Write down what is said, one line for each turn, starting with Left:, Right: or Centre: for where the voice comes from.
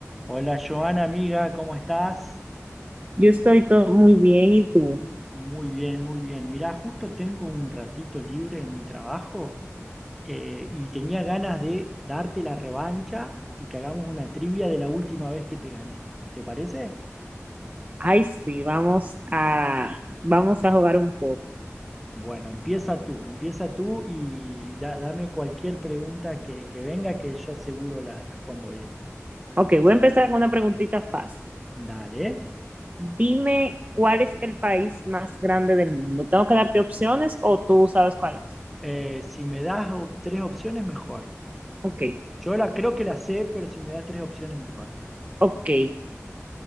Centre: Hola Joana, amiga, ¿cómo estás?
Right: Yo estoy todo muy bien, ¿y tú?
Centre: Muy bien, muy bien. Mirá, justo tengo un ratito libre en mi trabajo eh, y tenía ganas de darte la revancha y que hagamos una trivia de la última vez que te gané. ¿Te parece?
Right: Ay, sí, vamos a, vamos a jugar un poco.
Centre: Bueno, empieza tú, empieza tú y da- dame cualquier pregunta que, que venga que yo seguro la respondo bien.
Right: Ok, voy a empezar con una preguntita fácil.
Centre: Dale.
Right: Dime cuál es el país más grande del mundo. ¿Tengo que darte opciones o tú sabes cuál es?
Centre: Eh, si me das op- tres opciones, mejor.
Right: Ok,
Centre: Yo la, creo que la sé, pero si me das tres opciones, mejor.
Right: ok.